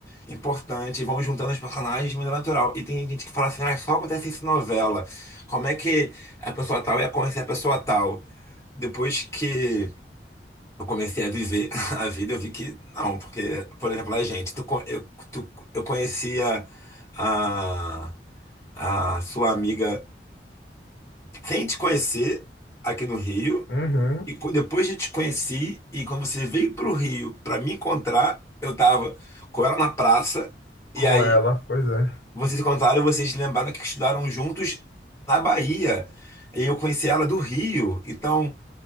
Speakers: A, on the left; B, on the left.
A: importante, e vão juntando os personagens de maneira natural. E tem gente que fala assim, ah, só acontece isso em novela. Como é que a pessoa tal ia conhecer a pessoa tal? Depois que eu comecei a viver <laughs> a vida, eu vi que não, porque, por exemplo, a gente, tu, co- eu, tu, eu conhecia a, a sua amiga sem te conhecer aqui no Rio,
B: Uhum,
A: e co- depois eu te conheci, e quando você veio pro Rio para me encontrar, eu tava com ela na praça, e
B: com
A: aí
B: ela, pois é.
A: vocês se encontraram, vocês lembraram que estudaram juntos na Bahia, e eu conheci ela do Rio, então.